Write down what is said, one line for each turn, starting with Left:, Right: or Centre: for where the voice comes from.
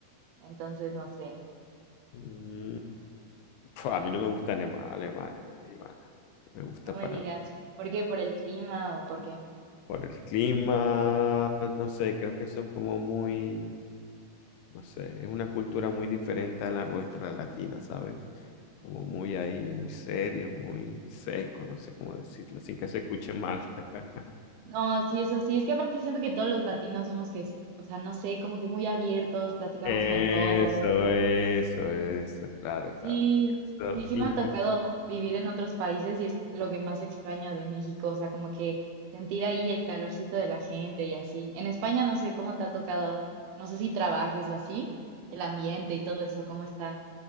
Right: entonces no sé.
Left: Mm, pf, a mí no me gusta Alema- Alemania, Ivana, no me gusta
Right: No me
Left: para
Right: digas, ¿por qué? ¿Por el clima o por qué?
Left: Por el clima, no sé, creo que son como muy... no sé, es una cultura muy diferente a la nuestra latina, ¿sabes? Como muy ahí, muy serio, muy seco, no sé cómo decirlo, sin que se escuche mal. <laughs>
Right: No, sí, eso sí, es que aparte siento que todos los latinos somos que, es- o sea, no sé, como que muy abiertos, platicamos
Left: Eso,
Right: con todos.
Left: eso, eso, claro,
Right: Sí,
Left: claro. Eso,
Right: sí, sí
Left: inclu-
Right: me ha tocado vivir en otros países y es lo que más extraño de México, o sea, como que sentir ahí el calorcito de la gente y así. En España no sé cómo te ha tocado, no sé si trabajes o así, el ambiente y todo eso, ¿cómo está?